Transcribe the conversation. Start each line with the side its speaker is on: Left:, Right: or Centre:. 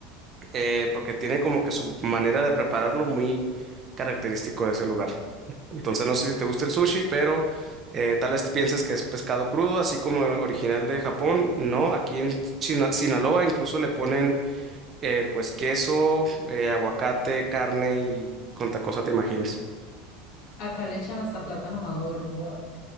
Right: eh, porque tiene como que su manera de prepararlo muy característico de ese lugar. Entonces no sé si te gusta el sushi, pero eh, tal vez pienses que es pescado crudo, así como original de Japón. No, aquí en China- Sinaloa incluso le ponen eh, pues queso, eh, aguacate, carne y cuánta cosa te imagines.
Left: Acá le echan hasta plátano maduro. What?